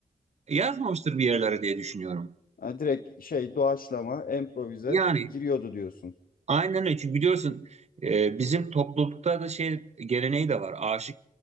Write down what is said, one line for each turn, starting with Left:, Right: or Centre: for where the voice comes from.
Right: yazmamıştır bir yerlere diye düşünüyorum.
Left: Ha, direkt şey doğaçlama, improvize
Right: Yani
Left: giriyordu diyorsun.
Right: aynen öyle çünkü biliyorsun e, bizim toplulukta da şey geleneği de var aşık